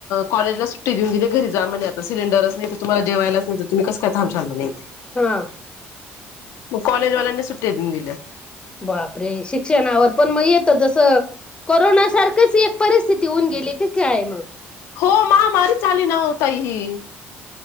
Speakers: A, on the left; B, on the left.
A: कॉलेजला सुट्टी देऊन दिली घरीच जा म्हणे आता सिलेंडरच नाही तुम्हाला जेवायलाच नाही तर तुम्ही कस काय थांबशाल म्हणे
B: हम्म
A: म कॉलेजवाल्यांनी सुट्टी देऊन दिल्या
B: बापरे शिक्षणावर पण मग येत जस कोरोनासारखिच एक परिस्थिती होऊन गेली की काय म
A: हो महामारी झाली ना वो ताई ही